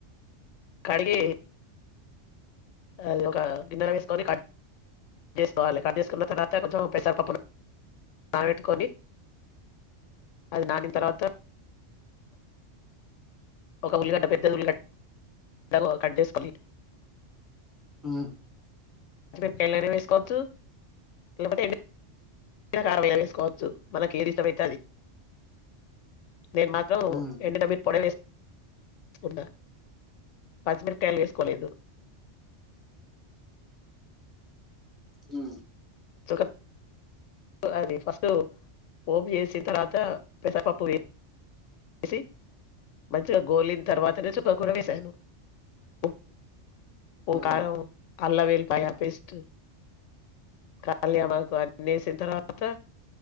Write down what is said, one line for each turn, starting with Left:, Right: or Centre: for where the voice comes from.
Left: కడిగి అది ఒక గిన్నెర వేసుకొని కట్ చేసుకోవాలి కట్ చేసుకున్న తర్వాత కొంచెం పెసరపప్పులు నానబెట్టుకొని అది నానిన తర్వాత ఒక ఉల్లిగడ్డ పెద్ద ఉల్లిగడ్డ కట్ చేసుకోవాలి
Centre: ఆ
Left: పచ్చి మిరపకాయలునే వేసుకోవచ్చు లేదా కారం వేసుకోవచ్చు మనకి ఏది ఇష్టం అయితే అది నేను మాత్రం
Centre: ఉమ్
Left: ఎండు మిరప పొడి వేస్తా కు పచ్చిమిరపకాయలు వేసుకోలేదు
Centre: ఆ
Left: చ అది ఫస్ట్ పోపు చేేసిన తర్వాత పెసరపప్పు వే వేసి మంచిగా గోలిన తర్వాతనే చుక్క కూర వేసాను ఉప్పు
Centre: ఉమ్
Left: కారం అల్లం వెల్లుల్లిపాయ పేస్టు కాల్యం ఆకు అన్ని వేసిన తర్వాత